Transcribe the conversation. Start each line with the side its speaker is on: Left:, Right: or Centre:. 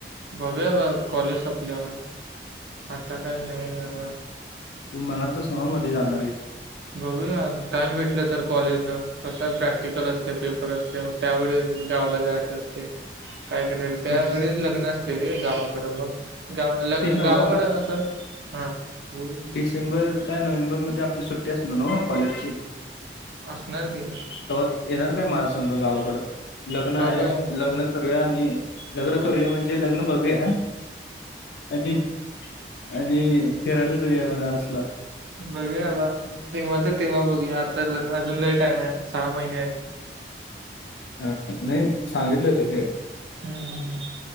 Right: बघूया बा कॉलेज संपल्यावर आता काय नाय बाबा.
Left: तू म्हणलतास न्हव मधी जाणारयेस?
Right: बघूया टाइम भेटलं तर कॉलेजन कसं प्रॅक्टिकल असते पेपर असते. त्यावेळेस गावाला जायचं असते. काय करायला? त्यावेळी
Left: मी
Right: लग्न असते रे गावाकडं मग गावाला
Left: ते नव्ह
Right: गावाकडं कस हा बोल की.
Left: सेंबर काय नोव्हेंबर मध्ये आपली सुट्टी असणार न्हव कॉलेजची?
Right: असणार. की
Left: तवा येणार काय माझ्या संग गावाकड? लग्न हाय
Right: बघूया
Left: लग्न करूया आणि लग्न करूया म्हणजे लग्न बघूया. आणि आणि फिरायला जाऊया बनारसला.
Right: बघूया आता अजून तेव्हाच तेव्हा बघूया आता अजून लय टाईम हाय सहा महिने आयत.
Left: हा नाय सांगितलं रे.
Right: हम्म.